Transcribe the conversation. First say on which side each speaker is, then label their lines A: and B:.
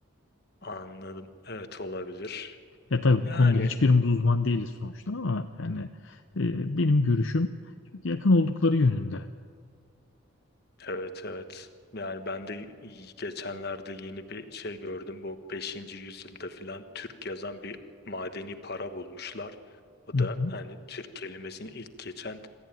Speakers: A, on the left; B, on the left.
A: anladım. Evet olabilir.
B: Ya tabii
A: Yani
B: bu konuda hiçbirimiz uzman değiliz sonuçta ama yani e, benim görüşüm çok yakın oldukları yönünde.
A: evet evet. Yani ben de geçenlerde yeni bir şey gördüm. Bu beşinci yüzyılda filan Türk yazan bir madeni para bulmuşlar. O
B: Hı
A: da
B: hı.
A: hani Türk kelimesini ilk geçen